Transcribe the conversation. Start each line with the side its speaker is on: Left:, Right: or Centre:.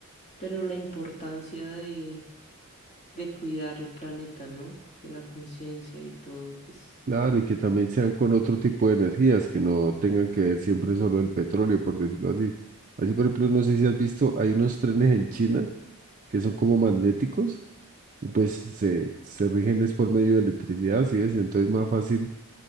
Left: Pero la importancia de, de cuidar el planeta, ¿no? De la conciencia y todo, pues.
Right: Claro, y que también sean con otro tipo de energías, que no tengan que ver siempre solo el petróleo, por decirlo así. Así, por ejemplo, no sé si has visto, hay unos trenes en China que son como magnéticos y pues se, se rigen es por medio de electricidad, ¿sí ves? Entonces más fácil